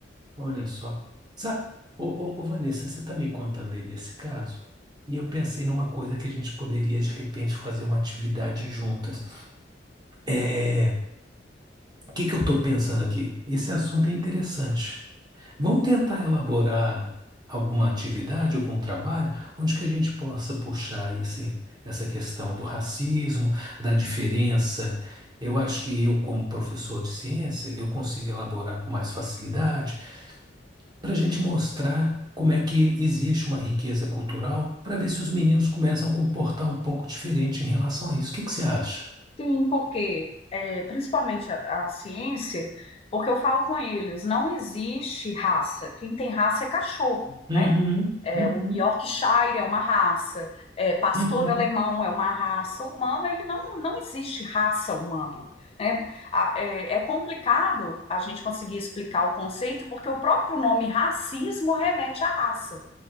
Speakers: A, on the right; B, on the left.
A: Olha só. Sa ô, ô, ô, Vanessa, você está me contando aí desse caso? E eu pensei numa coisa que a gente poderia, de repente, fazer uma atividade juntas. É, o que que eu estou pensando aqui? Esse assunto é interessante. Vamos tentar elaborar alguma atividade, algum trabalho, onde que a gente possa puxar esse, essa questão do racismo, da diferença. Eu acho que eu, como professor de ciência, eu consigo elaborar com mais facilidade para a gente mostrar como é que existe uma riqueza cultural, para ver se os meninos começam a comportar um pouco diferente em relação a isso. O que que você acha?
B: Sim, porque é, principalmente a, a ciência, porque eu falo com eles, não existe raça. Quem tem raça é cachorro, né?
A: Uhum,
B: É,
A: uhum,
B: o Yorkshire é uma raça, é, pastor
A: uhum,
B: alemão é uma raça humana, ele não, não existe raça humana. né? A- É, é complicado a gente conseguir explicar o conceito, porque o próprio nome racismo remete à raça.